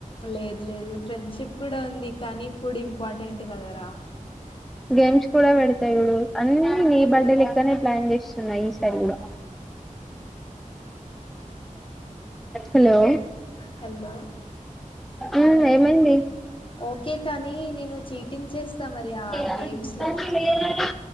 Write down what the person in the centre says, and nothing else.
గేమ్స్ కూడా పెడతాయి అన్ని నీ బర్త్డే లెక్కనే ప్లాన్ చేస్తున్నాయి ఈసారి కూడా హలో
ఉమ్ ఏమైంది.
ఆహ్
ఇబ్బంది
లేదు కదా.